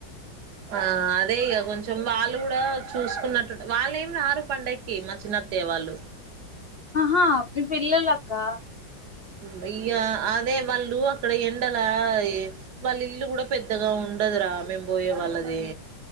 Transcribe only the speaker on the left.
అహా నీ పిల్లల్ అక్కా